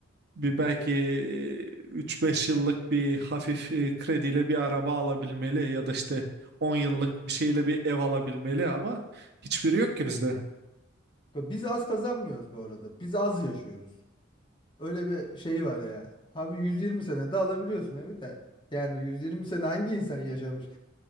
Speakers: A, on the right; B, on the left.
A: bir belki 3-5 yıllık bir hafif e, krediyle bir araba alabilmeli ya da işte 10 yıllık bir şeyle bir ev alabilmeli ama hiçbiri yok ki bizde.
B: Biz az kazanmıyoruz bu arada. Biz az yaşıyoruz. Öyle bir şeyi var yani. Abi 120 sene de alabiliyorsun evi de. Yani 120 sene hangi insan yaşamış?